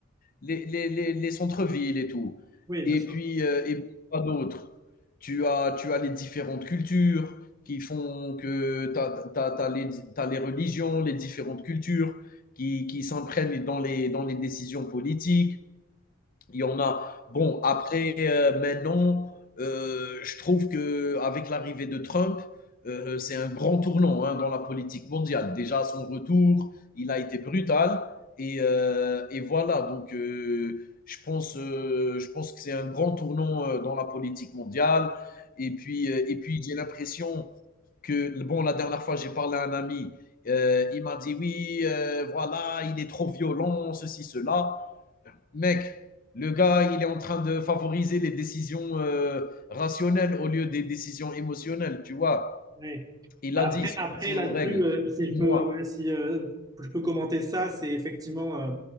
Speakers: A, on the left (about 40°); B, on the right (about 15°).
A: les, les, les, les centres-villes et tout.
B: Oui, bien
A: Et
B: sûr.
A: puis, euh, et puis quoi d'autre tu as, tu as les différentes cultures qui font que tu as, les, t'as les religions, les différentes cultures qui, qui s'imprègnent dans les, dans les décisions politiques. Il y en a. Bon, après, euh, maintenant, euh, je trouve que avec l'arrivée de Trump, euh, c'est un grand tournant hein, dans la politique mondiale. Déjà, à son retour, il a été brutal. Et, euh, et voilà, donc euh, je, pense, euh, je pense que c'est un grand tournant euh, dans la politique mondiale. Et puis, euh, et puis j'ai l'impression que, bon, la dernière fois, j'ai parlé à un ami, euh, il m'a dit, oui, euh, voilà, il est trop violent, ceci, cela. Mec, le gars, il est en train de favoriser les décisions euh, rationnelles au lieu des décisions émotionnelles, tu vois.
B: Ouais.
A: Il
B: Bah,
A: a
B: après,
A: dit, ce
B: après
A: sont
B: là-dessus,
A: les règles.
B: euh, si je
A: Moi,
B: peux, ouais, si euh, je peux commenter ça, c'est effectivement euh,